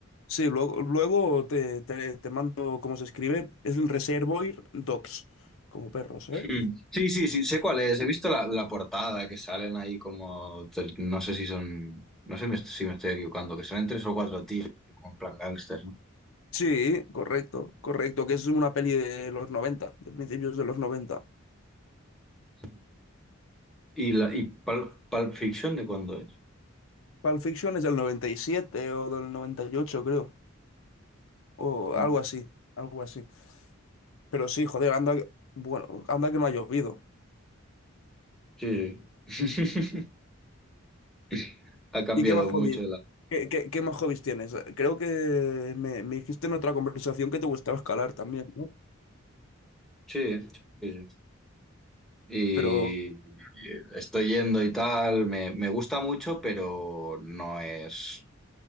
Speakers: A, on the left; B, in the centre.
A: Sí, luego, luego te, te, te mando cómo se escribe. Es un Reservoir Dogs, como perros,
B: Mm.
A: ¿eh?
B: Sí, sí, sí, sé cuál es. He visto la, la portada que salen ahí como, tre- no sé si son, no sé me- si me estoy equivocando, que salen tres o cuatro tíos, como en plan gángster, ¿no?
A: Sí, correcto, correcto, que es una peli de los 90, de principios de los 90.
B: Mm. ¿Y, la, y Pul- Pulp Fiction de cuándo es?
A: Pulp Fiction es del 97 o del 98, creo, o
B: Mm.
A: algo así, algo así. Pero sí, joder, anda, que- bueno, anda que no ha llovido.
B: Sí, sí. <laughs> Ha cambiado
A: ¿Y qué más hobbies?
B: mucho la...
A: ¿Qué, qué- qué más hobbies tienes? Creo que me, me dijiste en otra conversación que te gustaba escalar también, ¿no?
B: Sí, sí, sí. Y
A: Pero
B: y estoy yendo y tal, me, me gusta mucho, pero no es...